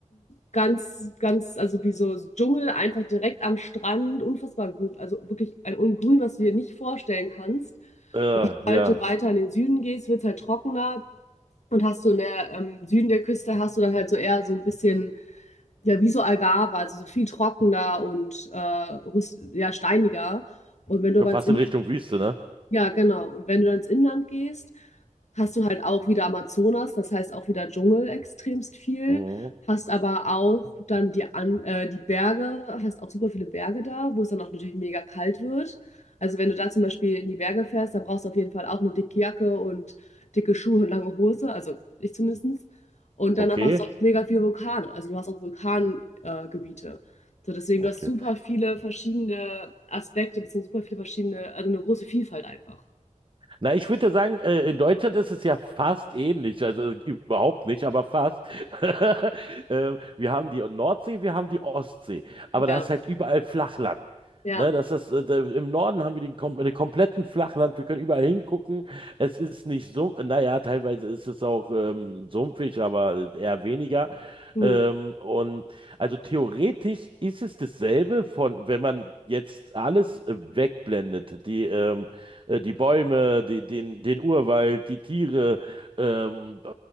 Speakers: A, on the left (about 60°); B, on the right (about 40°).
A: ganz, ganz, also wie so Dschungel, einfach direkt am Strand, unfassbar grün, also wirklich ein Ungrün, was du dir nicht vorstellen kannst.
B: Äh,
A: Und sobald
B: ja.
A: du weiter in den Süden gehst, wird es halt trockener. Und hast du in der ähm, Süden der Küste, hast du dann halt so eher so ein bisschen, ja, wie so Algarve, also so viel trockener und äh, rüst- ja, steiniger. Und wenn du
B: Schon
A: aber
B: fast
A: ins In-
B: in Richtung Wüste, ne?
A: ja, genau. Und wenn du dann ins Inland gehst, hast du halt auch wieder Amazonas, das heißt auch wieder Dschungel extremst viel.
B: Mhm.
A: Hast aber auch dann die, An äh, die Berge, hast auch super viele Berge da, wo es dann auch natürlich mega kalt wird. Also wenn du da zum Beispiel in die Berge fährst, dann brauchst du auf jeden Fall auch eine dicke Jacke und dicke Schuhe und lange Hose, also ich zumindest. Und
B: Okay.
A: dann aber hast du auch mega viele Vulkane, also du hast auch Vulkangebiete. Äh, Gebiete. so deswegen,
B: Okay.
A: du hast super viele verschiedene Aspekte, beziehungsweise super viele verschiedene, also eine große Vielfalt einfach.
B: Na, ich würde ja sagen, äh, in Deutschland ist es ja fast ähnlich, also äh, überhaupt nicht, aber fast. <laughs> Ähm, wir haben die Nordsee, wir haben die Ostsee, aber
A: Ja,
B: da ist halt überall Flachland.
A: ja.
B: Ne, das ist, äh, da- im Norden haben wir den, kom den kompletten Flachland, wir können überall hingucken. Es ist nicht so, naja, teilweise ist es auch ähm, sumpfig, aber äh, eher weniger.
A: Hm.
B: Ähm, und also theoretisch ist es dasselbe von, wenn man jetzt alles äh, wegblendet, die ähm, äh, die Bäume, die, den, den Urwald, die Tiere. Ähm, äh,